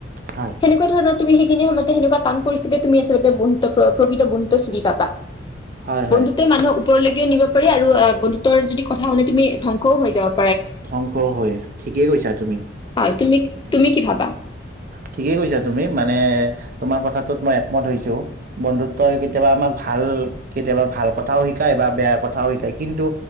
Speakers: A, on the right; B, on the left.
A: হয়
B: সেনেকুৱা ধৰণৰ তুম সেইখিন সময়তে সেনেকুৱা টান পৰিস্থিতিৰ তুমি প্ৰকৃত বুন্দতে চিনি পাবা
A: হয় হয়
B: বন্ধুত্বই মানুহ। ওপৰলৈকেও নিব পাৰি আৰু বন্ধুত্বৰ যদি কথা শুনি তুমি ধ্বংসও হৈ যাৱ-
A: ধ্বংস হয় ঠিকেই কৈছা তুমি,
B: হয় তুমি
A: উ
B: তুমি কি ভাবা?
A: ঠিকেই কৈছা তুমি মানে তোমাৰ কথাটোত মই একমত হৈছো। বন্ধুত্বই কেতিয়াবা আমাক ভাল কেতিয়াবা ভাল কথাও শিকায় বা বেয়া কথাও শিকায় কিন্তু,